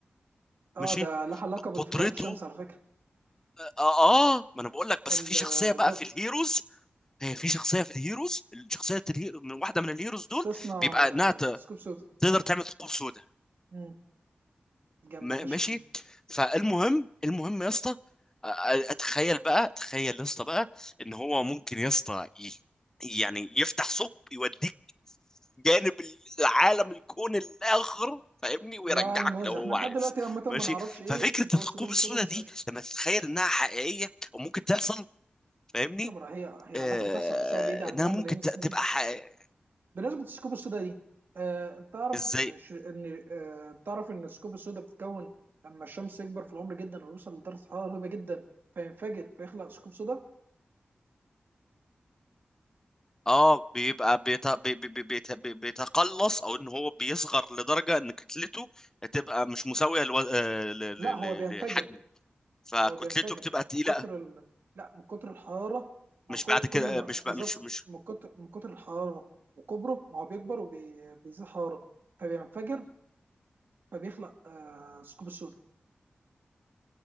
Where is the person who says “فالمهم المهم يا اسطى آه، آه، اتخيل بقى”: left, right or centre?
Left